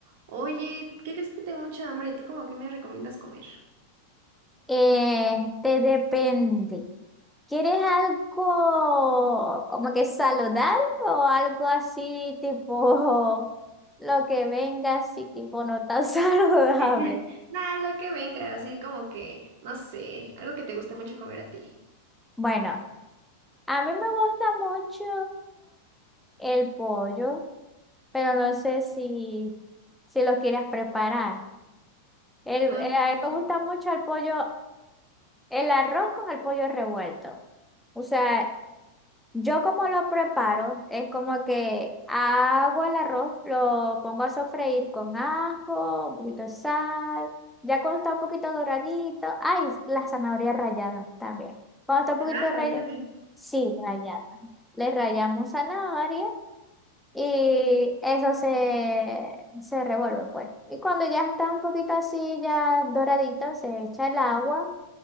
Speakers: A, on the right; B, in the centre.
A: Oye, ¿qué crees que tengo mucha hambre? ¿Tú como que me recomiendas comer?
B: Este depende. ¿Quieres algo como que saludable o algo así tipo <laughs> lo que venga así tipo no tan <laughs> saludable?
A: <laughs> Nada, lo que venga, así como que, no sé, algo que te guste mucho comer a ti.
B: Bueno, a mí me gusta mucho el pollo, pero no sé si, si lo quieres preparar. El,
A: Mm,
B: eh, a
A: mm,
B: mí me gusta mucho el pollo, el arroz con el pollo revuelto. O sea, Yo como lo preparo, es como que hago el arroz, lo pongo a sofreír con ajo, un poquito de sal, ya cuando está un poquito doradito, ay, la zanahoria rallada también. Cuando está un poquito
A: Ah,
B: rallada,
A: rayada.
B: sí, rallada. Le rallamos zanahoria y eso se, se revuelve pues. Y cuando ya está un poquito así, ya doradito, se echa el agua.